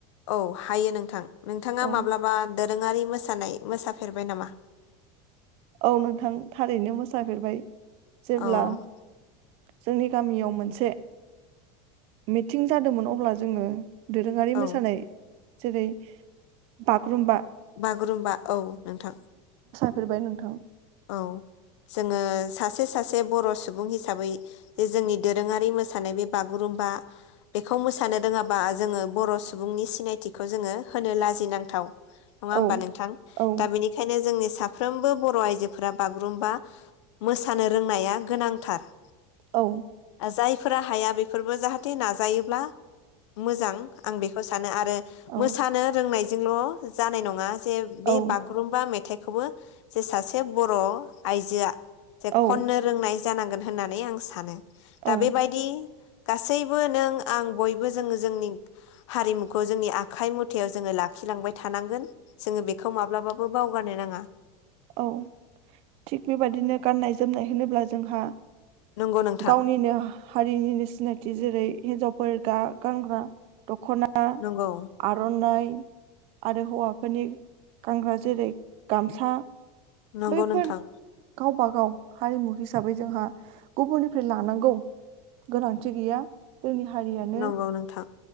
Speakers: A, on the left; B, on the right.
A: औ हायो नोंथां नोथाङा
B: औ
A: माब्लाबा दोरोङारि मोसानाय मोसाफेरबाय नामा?
B: औ नोंथां थारैनो मोसाफेरबाय। जेब्ला
A: औ
B: जोंनि गामियाव मोनसे मिटिं जादोंमोन अब्ला जोङो दोरोङारि
A: औ
B: मोसानाय जेरै बाग्रुम्बा
A: बागुरुम्बा औ नोंथां।
B: फोरबाय नोंथां।
A: औ जोङो सासे सासे बर' सुबुं हिसाबै जे जोंनि दोरोङारि मोसानाय बे बागुरुम्बा बेखौ मोसानो रोङाबा जोङो बर' सुबुंनि सिनायथिखौ जोङो होनो लाजिनांथाव। नङा होनबा
B: औ
A: नोंथां?
B: औ
A: दा बेनिखायनो जोंनि साफ्रोमबो बर' आइजो फोरा बागुरुम्बा मोसानो रोंनाया गोनांथार।
B: औ
A: जायफोरा हाया बेफोरबो जाहाथे नाजायोब्ला मोजां आं बेखौ सानो आरो
B: औ
A: मोसानो रोंनायजोंल' जानाय नङा बे
B: औ
A: बे बागुरुमबा मेथाइ खौबो जे सासे से बर' आइजोआ जे
B: औ
A: खननो रोंनाय जानां गोन होननानै आं सानो। दा
B: औ
A: बेबायदि गासैबो नों आं बयबो जोङो जोंनि हारिमुखौ जोंनि आखाइ मुथायाव जोङो लाखिलांबाय थानांगोन जोङो बेखौ माब्लाबाबो बावगारनो नाङा।
B: औ थिग बेबादिनो गाननाय जोमनाय होनोब्ला जोंहा
A: नंगौ नोंथां
B: गावनिनो हारिनिनो सिनायथि जेरै- हिनजावफोर गा गानग्रा दख'ना आ
A: नंगौ
B: आर'नाइ आरो हौवाफोरनि गानग्रा जेरै गामसा
A: नंगौ
B: बैफोर
A: नोंथां
B: गावबा गाव हारिमु हिसा साबै जोंहा गुबुननिफ्राय लानांगौ गोनांथि गैया। जोंनि हारियानो
A: नंगौ नोंथां